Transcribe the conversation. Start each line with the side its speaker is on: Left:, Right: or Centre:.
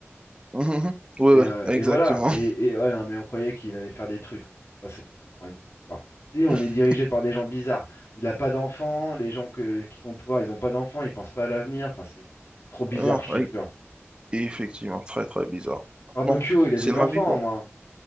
Right: Mhm, mhm. Oui,
Left: Et,
Right: oui,
Left: euh,
Right: exactement.
Left: et voilà. Et, et ouais, non, mais on croyait qu'il allait faire des trucs. Mais bon, ça, c'est c'est encore une autre histoire. Je te dis, on
Right: <laughs>
Left: est dirigé par des gens bizarres. Il n'a pas d'enfants. Les gens que- qui sont au pouvoir, ils n'ont pas d'enfants. Ils pensent pas à l'avenir. Enfin, c'est c'est trop bizarre,
Right: Hein,
Left: je
Right: non,
Left: te jure.
Right: Et effectivement, très très bizarre.
Left: Barbecue,
Right: Bon,
Left: il a
Right: c'est
Left: des
Right: la
Left: enfants,
Right: vie, quoi.
Left: au moins.